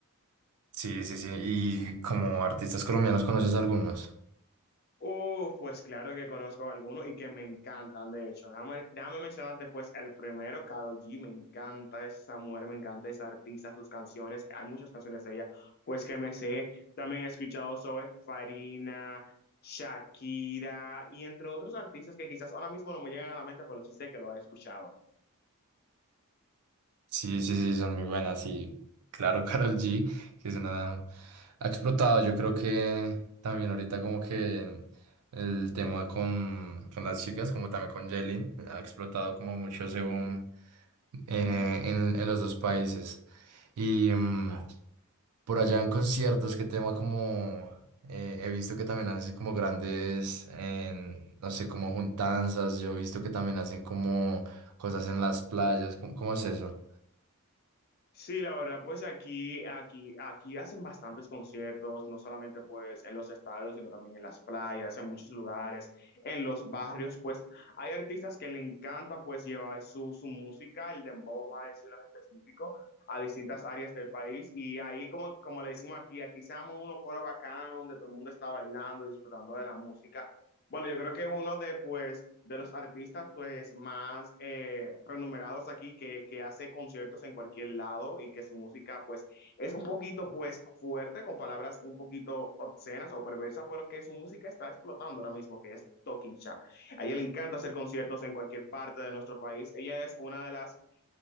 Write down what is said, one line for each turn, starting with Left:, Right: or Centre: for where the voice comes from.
Right: Sí, sí, sí, y como artistas colombianos conoces algunos.
Left: Uf, pues claro que conozco algunos y que me encantan, de hecho. Déjame, déjame mencionarte pues el primero, Karol G, me encanta esa mujer, me encanta esa artista, sus canciones, hay muchas canciones de ella, pues que me sé. También he escuchado sobre Farina, Shakira y entre otros artistas que quizás ahora mismo no me llegan a la mente, pero sí sé que lo he escuchado.
Right: Sí, sí, sí, son muy buenas. Y claro, <laughs> Karol G, que es una... ha explotado. Yo creo que también ahorita como que en el tema con, con las chicas, como también con Jelin, ha explotado como mucho ese boom eh, en, en los dos países. Y mm, por allá en conciertos, qué tema como... eh, he visto que también hacen como grandes, en, no sé, como juntanzas. Yo he visto que también hacen como cosas en las playas. ¿Cómo, cómo es eso?
Left: Sí, la verdad, pues aquí, aquí, aquí hacen bastantes conciertos, no solamente pues en los estadios, sino también en las playas, en muchos lugares, en los barrios, pues hay artistas que le encanta pues llevar su, su música, el dembow, vamos a decirlo en específico, a distintas áreas del país y ahí como, como le decimos aquí, aquí se llaman unos coros bacanos donde todo el mundo está bailando, disfrutando de la música bueno, yo creo que uno de, pues, de los artistas pues, más eh, renumerados aquí que, que hace conciertos en cualquier lado y que su música pues, es un poquito pues, fuerte, con palabras un poquito obscenas o perversas, pero que su música está explotando ahora mismo, que es Tokisha. A ella le encanta hacer conciertos en cualquier parte de nuestro país. Ella es una de las,